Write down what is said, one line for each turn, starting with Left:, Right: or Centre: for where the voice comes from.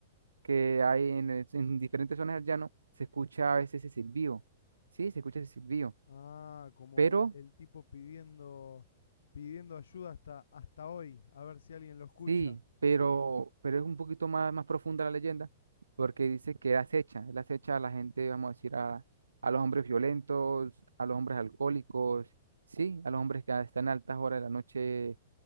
Right: que hay en, el- en diferentes zonas del llano se escucha a veces ese silbido, sí, se escucha ese silbido,
Left: Ah, como
Right: pero
Left: el, el tipo pidiendo, pidiendo ayuda hasta, hasta hoy, a ver si alguien lo escucha.
Right: Sí, pero, pero es un poquito más, más profunda la leyenda, porque dice que él acecha, él acecha a la gente, vamos a decir, a, a los hombres violentos, a los hombres alcohólicos, sí, a los hombres que están a altas horas de la noche